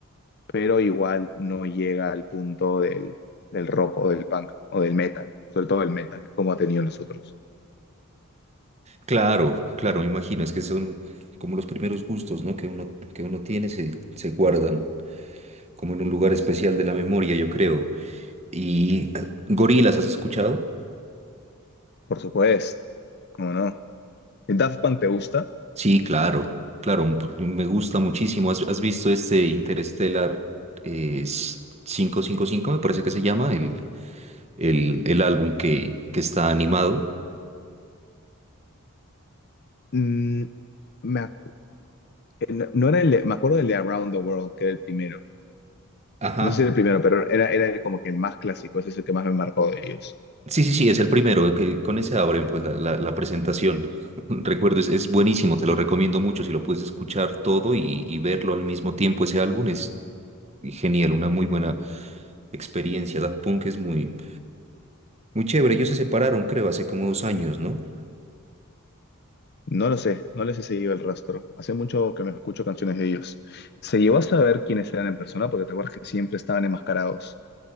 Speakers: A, on the left; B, on the right.
A: pero igual no llega al punto del, del rock o del punk o del metal, sobre todo el metal, como ha tenido los otros.
B: Claro, claro, me imagino, es que son como los primeros gustos, ¿no? Que uno, que uno tiene, se, se guardan como en un lugar especial de la memoria, yo creo. Y eh, gorilas, ¿has escuchado?
A: Por supuesto, ¿cómo no? ¿Y ¿Daft Punk te gusta?
B: Sí, claro, claro, m- me gusta muchísimo. ¿Has, has visto este Interstellar eh, s- quinientos cincuenta y cinco Me parece que se llama el, el, el álbum que, que está animado.
A: Mm, me, ac- eh, no no era el, de- me acuerdo del de Around the World, que era el primero.
B: Ajá.
A: No sé si el primero, pero era, era como que el más clásico, ese es el que más me marcó de ellos.
B: Sí, sí, sí, es el primero, que con ese abren pues la, la- la presentación. <laughs> Recuerdo, es, es buenísimo, te lo recomiendo mucho, si lo puedes escuchar todo y, y verlo al mismo tiempo, ese álbum es genial, una muy buena experiencia. Daft Punk es muy, muy chévere, ellos se separaron creo hace como dos años, ¿no?
A: No lo sé, no les he seguido el rastro. Hace mucho que no escucho canciones de ellos. ¿Se llevó a saber quiénes eran en persona? Porque te acuerdas que siempre estaban enmascarados.